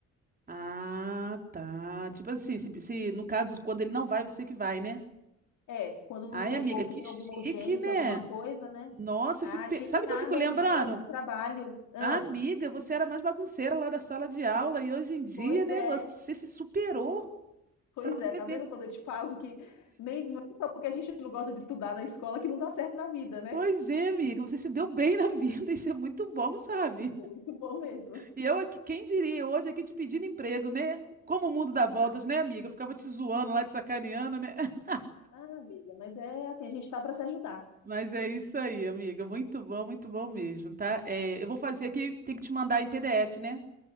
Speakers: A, on the right; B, on the left.
A: Ah, tá. Tipo assim, se, se no caso, quando ele não vai, você que vai, né?
B: É, quando não
A: Ai,
B: tem,
A: amiga,
B: ou
A: que
B: que tem
A: chique,
B: alguma urgência,
A: né?
B: alguma coisa, né?
A: Nossa,
B: Ah,
A: eu fico.
B: achei
A: pe- Sabe
B: que nada,
A: o que eu fico lembrando?
B: amiga. É muito trabalho. Ah,
A: Ah, Amiga, você era mais bagunceira lá da sala de aula e hoje em dia,
B: pois
A: né,
B: é,
A: você se superou
B: pois
A: pra você
B: é. Tá
A: ver.
B: vendo quando eu te falo que nem não é só porque a gente não gosta de estudar na escola que não dá certo na vida, né?
A: Pois é, amiga, você se deu bem na vida, <laughs> isso é muito bom, sabe?
B: Muito bom mesmo.
A: E eu aqui, quem diria, eu hoje aqui te pedindo emprego, né? Como o mundo dá voltas,
B: Ah,
A: né, amiga? Eu ficava te zoando
B: ah,
A: lá, te sacaneando, né? <laughs>
B: ah, amiga, mas é assim, a gente tá para se ajudar.
A: Mas é isso aí, amiga, muito bom, muito bom mesmo, tá? É, eu vou fazer aqui, tem que te mandar em PDF, né?